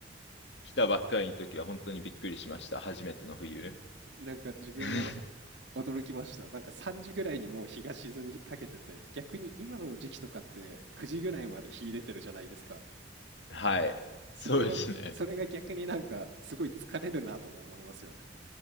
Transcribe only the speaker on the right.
なんか自分もお驚きました。
なんか3時ぐらいにもう日が沈みかけてて、逆に今の時期とかって9時ぐらいまで日出てるじゃないですか。
それがな、
それが逆になんかすごい疲れるなとも思いますよね。